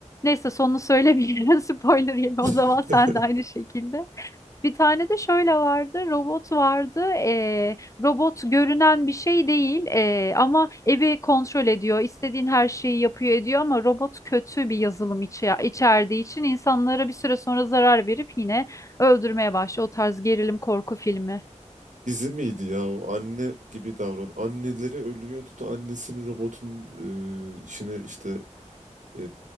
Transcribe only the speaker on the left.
Neyse sonunu söylemeyeyim. <laughs> Spoiler yeme
o zaman sen de aynı şekilde. Bir tane de şöyle vardı, robot vardı. Ee, robot görünen bir şey değil ee, ama evi kontrol ediyor, istediğin her şeyi yapıyor ediyor ama robot kötü bir yazılım içe içerdiği için insanlara bir süre sonra zarar verip yine öldürmeye başlıyor. O tarz gerilim korku filmi.